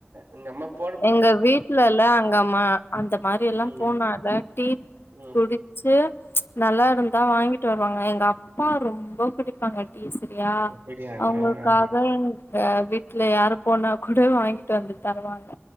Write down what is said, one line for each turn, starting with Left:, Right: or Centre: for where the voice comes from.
Right: எங்க அம்மாக்
Left: எங்க வீட்லல்லா அங்கம்மா அந்த மாரி எல்லாம்
Right: ம்
Left: போனால டீ
Right: ம்
Left: குடி ச்சே நல்லா இருந்தா வாங்கிட்டு வருவாங்க எங்க அப்பா ரொம்ப குடிப்பாங்க சரியா
Right: அப்படியாங்க
Left: அவுங்குள்க்காக
Right: ஆ
Left: எங் தே வீட்ல யாரு போனா கூட வாங்கிட்டு வந்து தருவாங்க